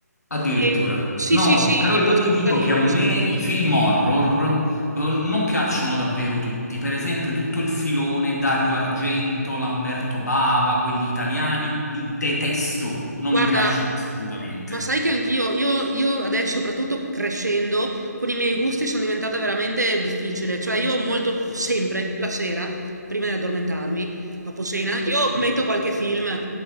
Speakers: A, on the left; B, on the right.
A: Addirittura.
B: E- sì,
A: No,
B: sì, sì,
A: però
B: i
A: io
B: post-apocalittici.
A: ti dico che a me i film horror eh, non piacciono davvero tutti. Per esempio, tutto il filone Dario Argento, Lamberto Bava, quelli italiani, li detesto. Non
B: Guarda,
A: mi piacciono assolutamente.
B: ma sai che anch'io, io, io adesso, soprattutto crescendo, con i miei gusti sono diventata veramente difficile. Cioè, io molto, sempre, la sera, prima di addormentarmi, dopo cena, io metto qualche film